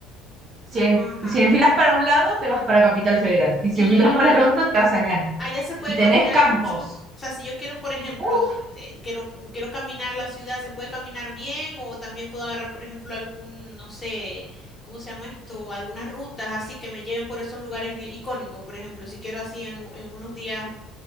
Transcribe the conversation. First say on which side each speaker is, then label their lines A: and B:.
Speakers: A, on the right; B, on the left.
A: si, en-
B: Ajá.
A: si enfilas para un lado, te vas para Capital Federal, y si
B: y
A: enfilas para
B: mm,
A: el otro, te vas a Canin.
B: allá se puede
A: Y tenés
B: caminar
A: campos.
B: mucho. O sea, si yo quiero, por ejemplo,
A: Uf,
B: eh, quiero, quiero caminar la ciudad, ¿se puede caminar bien? O también puedo agarrar, por ejemplo, algún, no sé, ¿cómo se llama esto? Algunas rutas así que me lleven por esos lugares eh, icónicos, por ejemplo, si quiero así en, en unos días